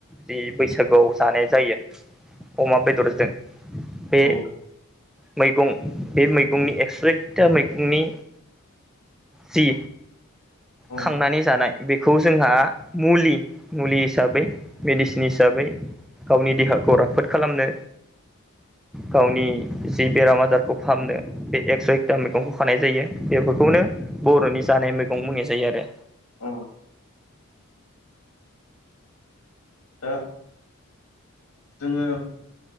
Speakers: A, in the centre; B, on the left.
A: जि बैसागुआव जानाय जायो। अमा बेदरजों बे
B: औ
A: मैगं बे मैगंनि एक्स एकटा मैगंनि जि
B: औ
A: खांनानै जानाय बे खौ जोंहा मुलि मुलि हिसाबै मेडिसिन हिसाबै गावनि देहाखौ राफोद खालामनो गावनि जि बेराम आजार खौ फाहामनो बे एकस' एकथा मैगंखौ खानाय जायो। बेफोरखौनो बर'नि जानाय मैगं बुंनाय जायो आरो।
B: औ दा जोङो